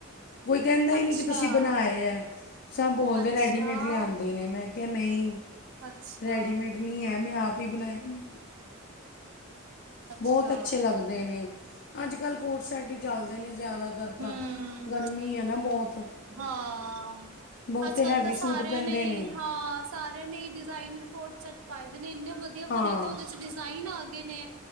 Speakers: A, on the left; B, on the right.
A: ਕੋਈ ਕਹਿੰਦਾ ਹੀ
B: ਅੱਛਾ
A: ਨਹੀਂ ਕਿ ਤੁਸੀਂ ਬਣਾਏ ਹੈ ਸਭ ਬੋਲਦੇ
B: ਅੱਛਾ,
A: ਰੈਡੀਮੇਡ ਲਿਆਂਂਦੇ ਨੇ। ਮੈਂ ਕਿਹਾ ਨਹੀਂ।
B: ਅੱਛਾ।
A: ਰੈਡੀਮੇਡ ਨਹੀਂ ਹੈ। ਮੈਂ ਆਪ ਹੀ ਬਣਾਏ ਨੇ।
B: ਅੱਛਾ,
A: ਬਹੁਤ ਅੱਛੇ ਲੱਗਦੇ ਨੇ। ਅੱਜ, ਕੱਲ ਕੋਡ ਸੈਟ ਹੀ ਚੱਲਦੇ ਨੇ। ਜ਼ਿਆਦਾਤਰ ਤਾਂ
B: ਹਮ
A: ਗਰਮੀ ਹੈ ਨਾ ਬਹੁਤ
B: ਹਾ
A: ਬਹੁਤੇ
B: ਅੱਜ, ਕੱਲ
A: ਹੈਵੀ
B: ਤਾਂ ਸਾਰਿਆਂ
A: ਸੂਟ ਪੈਂਦੇ
B: ਨੇ
A: ਨਹੀਂ
B: ਹਾਂ ਸਾਰਿਆਂ ਨੇ ਡਿਜ਼ਾਇਨਰ ਕੋਡ ਸੈਟਸ ਪਾਏ ਦੇ ਨੇ ਇਹਨੇ ਵਧੀਆ,
A: ਹਾਂ
B: ਵਧੀਆ ਤੇ ਉਹਦੇ ਚ ਡਿਜ਼ਾਇਨ ਆ ਗਏ ਨੇ